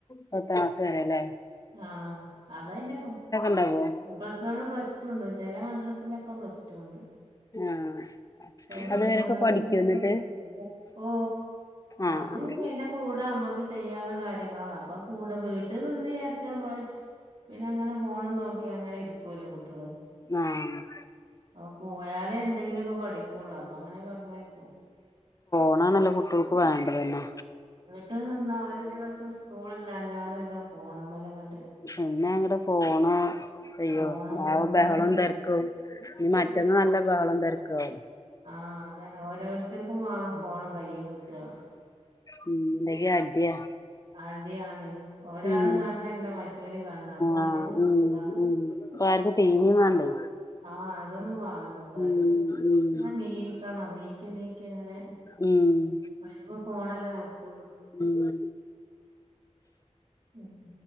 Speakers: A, on the left; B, on the right.
A: പത്താം ക്ലാസ് വരേല്ലേ
B: ആഹ അതയിന്റെ
A: ഇണ്ടാവോ
B: പ്ലസ് വൺ പ്ലസ് ടു ഉണ്ട് ചില മാദ്രസിലൊക്കെ റ്റുണ്ട് <unintelligible>
A: ആഹ്
B: സൗകര്യള്ള
A: അതുവരൊക്കെ
B: <unintelligible>
A: പഠിക്കോ എന്നിട്ട്
B: ഓ
A: ആഹ്
B: അത്ങ്ങനെല്ല കൂടെ നമ്മുക്ക് ചെയ്യാനുള്ള കാര്യങ്ങളാണ് അപ്പൊ കൂടെ വ് വീട്ടിൽ നിന്ന് വിചാരിച്ച നമ്മള് പിന്നെ അങ്ങനെ ഫോൺ നോക്ക ക്കിഅങ്ങനെ ഇരിക്കോല്ലോ കുട്ടികള്
A: ആഹ്
B: അപ്പൊ പോയാലേ എന്തെങ്കിലുമൊക്കെ പഠിക്കുള്ളൂ അപ്പൊ അങ്ങനെ പറഞ്ഞയക്കും
A: ഫോണാണല്ലോ കുട്ടികൾക്ക് വേണ്ടതെന്നെ
B: വീട്ട് നിന്നാ ഒരു ദിവസം സ്കൂളില്ലാഞാൽ പിന്നെ ഫോണിമ്മലങ്ങട്ട്
A: പിന്നെ അങ്ങടെ ഫോണ് അയ്യോ
B: ഫോണങ്ങനെ
A: ആകെ ബഹളം തിരക്കും ഇനി മറ്റൊന്നാ നല്ല ബഹളം തിരക്കവും
B: ആഹ അതന്നെ ഓരോരുത്തർക്കും വേണം ഫോണ് കയ്യിൽ കിട്ടാ
A: ഉം എന്തൊക്കെ അടിയാ
B: അടിയാണ് ഒരാള്
A: ഉം
B: കാണണല്ല മറ്റ റ്റല കാണണ അപ്പ ഓൻക്ക്
A: ആഹ് ഉം
B: ഇത
A: ഉം ഇപ്പ ആർക്കും ടിവിയും വേണ്ടേ
B: ആഹ അതൊന്നും വാണ്ടപ്പ
A: ഉം
B: ആർക്കും
A: ഉം
B: ആ നീക്കണം നീക്കി നീ ക്കിങ്ങനെ
A: ഉം
B: അയിനിപ്പോ ഫോണല്ലേ നടക്കുള്ളൂ
A: ഉം
B: ഉം